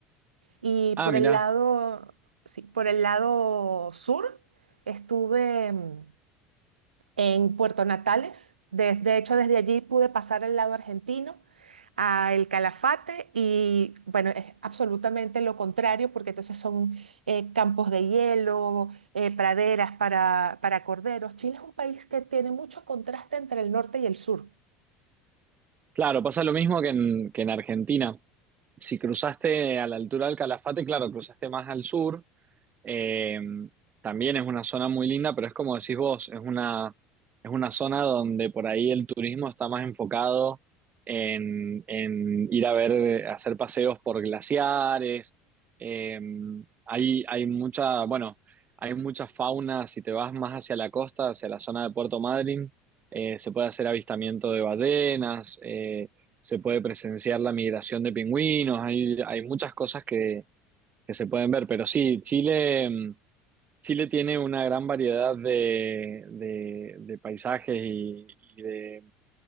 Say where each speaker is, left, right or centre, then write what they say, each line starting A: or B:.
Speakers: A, on the right; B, on the right.
A: Y
B: Ah,
A: por
B: mirá.
A: el lado, sí, por el lado sur estuve... mm, en Puerto Natales. De, de hecho, desde allí pude pasar al lado argentino, a El Calafate, y bueno, es absolutamente lo contrario, porque entonces son eh, campos de hielo, eh, praderas para, para corderos. Chile es un país que tiene mucho contraste entre el norte y el sur.
B: Claro, pasa lo mismo que en, que en Argentina. Si cruzaste a la altura del Calafate, claro, cruzaste más al sur. Eh, también es una zona muy linda, pero es como decís vos, es una, es una zona donde por ahí el turismo está más enfocado en, en ir a ver, hacer paseos por glaciares. Eh, hay, hay mucha, bueno, hay mucha fauna. Si te vas más hacia la costa, hacia la zona de Puerto Madryn, eh, se puede hacer avistamiento de ballenas, eh, se puede presenciar la migración de pingüinos. Hay, hay muchas cosas que que se pueden ver. Pero sí, Chile, mm, Chile tiene una gran variedad de, de- de paisajes y, y de,